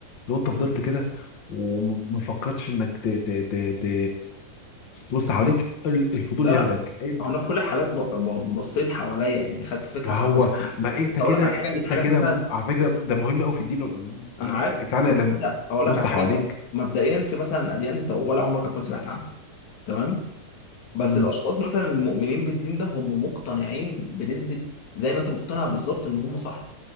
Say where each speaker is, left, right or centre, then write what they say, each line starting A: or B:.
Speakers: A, on the left; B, on the left.
A: لو انت فضلت كده وما فكرتش انك ت... ت... ت... ت... تبص حواليك ال- الفضول
B: لا لا
A: ياخدك انت
B: هو انا في كل الحالات ب... ب... بصيت حواليا يعني خدت فكره
A: ما
B: حواليا
A: هو
B: بس
A: ما انت
B: اقول
A: كده
B: لك على حاجه انت
A: انت
B: في حاجات
A: كده
B: مثلا
A: م- على فكرة ده مهم قوي في الدين آه،
B: انا عارف
A: بتاعنا
B: بس
A: انك
B: انت اقول
A: تبص
B: لك على حاجه
A: حواليك
B: انت مبدئيا في مثلا اديان انت ولا عمرك هتكون سمعت عنها تمام بس
A: مم.
B: الاشخاص مثلا المؤمنين بالدين ده هم مقتنعين بنسبه زي ما انت مقتنع بالظبط ان هم صح